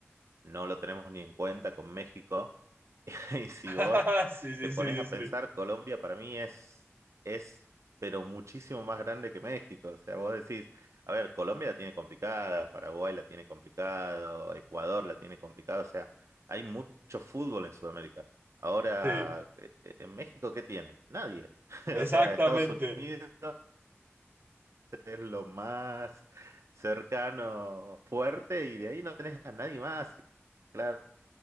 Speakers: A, on the right; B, on the right.
A: no lo tenemos ni en cuenta con México. <laughs> Y si
B: <laughs>
A: vos
B: Sí, sí,
A: te pones
B: sí, sí,
A: a
B: sí.
A: pensar, Colombia para mí es, es, pero muchísimo más grande que México. O sea, vos decís, a ver, Colombia la tiene complicada, Paraguay la tiene complicado, Ecuador la tiene complicado. O sea, hay mucho fútbol en Sudamérica. Ahora,
B: Sí,
A: eh, ¿en México qué tiene? Nadie. <laughs>
B: exactamente.
A: O sea, Estados Unidos es lo más cercano, fuerte, y de ahí no tenés a nadie más. Claro,